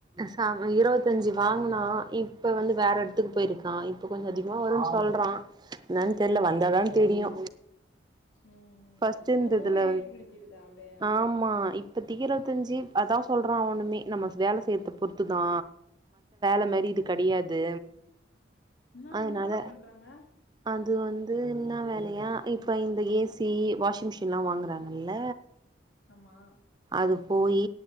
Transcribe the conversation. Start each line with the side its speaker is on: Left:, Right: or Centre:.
Right: சா இரவத்தஞ்சு வாங்கனா இப்ப வந்து வேற எடத்துக்கு போயிருக்கா இப்ப கொஞ்சோ அதிகமா வரும்னு சொல்றா என்னன்னு தெரில வந்தாதா தெரியு
Left: ம்
Right: ஃபர்ஸ்ட் இருந்ததுல
Left: போக போக ஏறிடு ஜீவிதா அப்டியே
Right: ஆமா இப் இப்பதிக்கு இரவத்தஞ்சு அதா சொல்றா அவனுமே நம்ம வேல செய்றத பொறுத்துதா அந்த மாரி இது கெடையாது
Left: என்ன
Right: அதனால
Left: என்னா ஒர்க் பண்றாங்க
Right: அது வந்து என்ன வேலையா இப்ப இந்த ஏசி வாஷிங் மிஷின்ல்லா வாங்குறாங்கல்ல
Left: ஆமா
Right: அது போய்